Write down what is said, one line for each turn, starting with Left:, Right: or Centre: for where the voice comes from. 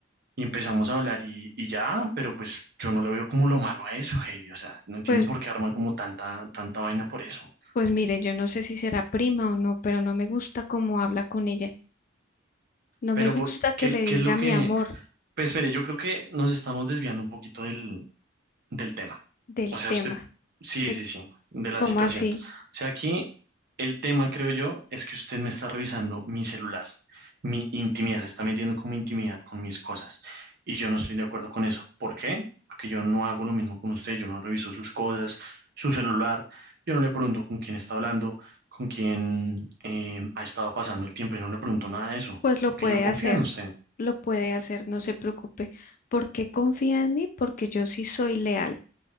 Right: y empezamos a hablar y, y ya, pero pues yo no le veo como lo malo a eso, Heidi. O sea, no entiendo
Left: Pues,
Right: por qué arman como tanta, tanta vaina por eso.
Left: pues mire, yo no sé si será prima o no, pero no me gusta cómo habla con ella. No
Right: Pero
Left: me gusta
Right: por,
Left: que
Right: ¿qué,
Left: le diga
Right: qué es lo que...
Left: mi amor
Right: Pues espere, yo creo que nos estamos desviando un poquito del, del tema.
Left: del
Right: O sea,
Left: tema,
Right: usted, sí,
Left: de
Right: sí, sí, de la
Left: cómo
Right: situación.
Left: así.
Right: O sea, aquí el tema, creo yo, es que usted me está revisando mi celular, mi intimidad, se está metiendo con mi intimidad, con mis cosas. Y yo no estoy de acuerdo con eso. ¿Por qué? Porque yo no hago lo mismo con usted, yo no reviso sus cosas, su celular, yo no le pregunto con quién está hablando, con quién eh, ha estado pasando el tiempo, yo no le pregunto nada de eso,
Left: Pues lo
Right: porque
Left: puede
Right: yo confío
Left: hacer,
Right: en usted.
Left: lo puede hacer, no se preocupe. ¿Por qué confía en mí? Porque yo sí soy leal.